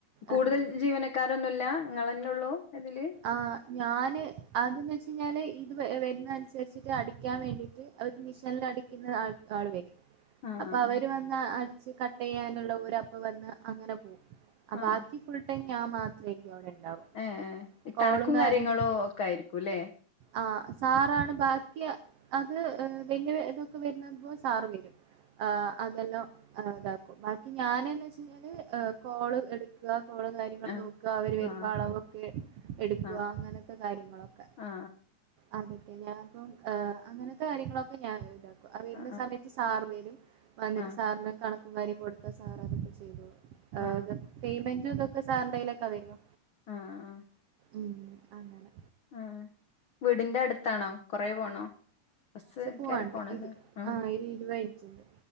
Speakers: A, on the left; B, on the right.
A: കൂടുതൽ
B: ആഹ്
A: ജീവനക്കാരൊന്നുല്ല ഇങ്ങളെന്നെ ഉള്ളൂ ഇതില്
B: ആഹ് ഞാന് അതന്നവെച്ചായിഞ്ഞാൽ ഇത് വരുന്നനുസരിചിട്ട് അടിക്കാൻ വേണ്ടി അവര് അവര് മിഷനിൽ അടിക്കുന്ന ആ ആൾ വരും
A: ആ
B: അപ്പൊ അവര്
A: ആ
B: വന്ന് അടിച്ച് കട്ട്യ്യാനുള്ളോര്പ്പ വന്ന് അങ്ങനെ പോകും അബാക്കി
A: ആ
B: ഫുൾടൈം ഞാൻ മാത്രയിക്കും അവിടെ ഉണ്ടാവുക
A: ഏഹ് ഏഹ് ഇകണക്കും
B: കോളും കാര്യങ്ങളൊക്കെ
A: കാര്യങ്ങളും ഒക്കെ ആയിരിക്കുംല്ലെ
B: ആഹ് സാറാണ് ബാക്കിയ അത് ഈഹ് വലിയ ഇതൊക്കെ വരുന്നത് സാറ് വിളിക്കും ആ അതെല്ലാം ആഹ് ഇതാക്കും ബാക്കി ഞാന് എന്തച്ചഴിഞ്ഞാല് കോള് എടുക്ക കോള് കാര്യങ്ങള്
A: ആ
B: നോ അവർ വരുമ്പോ
A: ആ
B: അളവൊക്കെ എടുക്കുക
A: ആ
B: അങ്ങനത്തെ കാര്യങ്ങളൊക്കെ
A: ആ ആ
B: അതക്കെ ഞാനും ഹ് അങ്ങനത്തെ കാര്യങ്ങളൊക്കെ ഞാൻ ഇതാക്കും അറിയുന്ന
A: ആ
B: സമയത് സാർ വെരും വന്നിട്ട്
A: ആ
B: സാറിന് കണക്കും കാര്യം കൊടുത്താ സാറതൊക്കെ ചെയ്തോളും
A: ആ
B: ആകെ പേയ്മെന്റും തൊക്കെ സാറിന്റെലേയ്ക്ക വരാ
A: ആഹ് ആഹ്
B: ഉം അങ്ങനെ
A: അഹ് വീടിന്റെ അടുത്താണോ കൊറെ പോണോ ബസ്
B: പോവാണ്ട്
A: കേറി പോണല്ലെ
B: ഇത്
A: ആ
B: ആഹ് ഒരു ഇരുപത് മിനിറ്റുണ്ട്